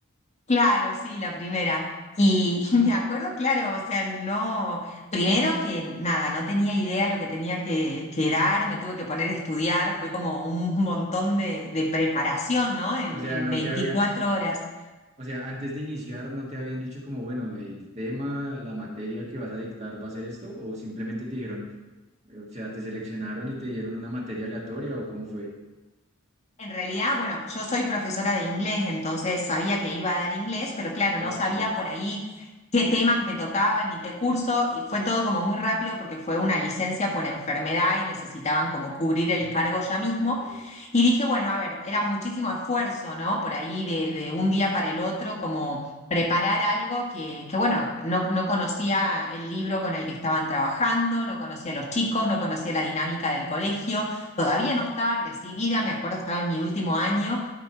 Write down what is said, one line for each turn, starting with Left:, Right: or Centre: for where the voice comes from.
Left: claro, sí, la primera. Y <laughs> me acuerdo, claro, o sea, no, primero que nada, no tenía idea lo que tenía que, que dar, me tuve que poner a estudiar, fue como un montón de, de preparación, ¿no? En,
Right: O sea,
Left: en
Right: no
Left: 24
Right: te había,
Left: horas.
Right: o sea, antes de iniciar no te habían dicho como, bueno, el tema, la materia que vas a dictar va a ser esto, o simplemente te dijeron, eh, o sea, te seleccionaron y te dieron una materia aleatoria, o cómo fue.
Left: En realidad, bueno, yo soy profesora de inglés, entonces sabía que iba a dar inglés, pero claro,
Right: Ah,
Left: no sabía
Right: ok.
Left: por ahí qué temas me tocaban ni qué curso, y fue todo como muy rápido porque fue una licencia por enfermedad y necesitaban como cubrir el
Right: Mm,
Left: cargo ya mismo.
Right: ok.
Left: Y dije, bueno, a ver, era muchísimo esfuerzo, ¿no? Por ahí de, de un día para el otro, como preparar algo que, que bueno, no, no conocía el libro con el que estaban trabajando, no conocía a los chicos, no conocía la dinámica del colegio. Todavía no estaba recibida, me acuerdo, estaba en mi último año,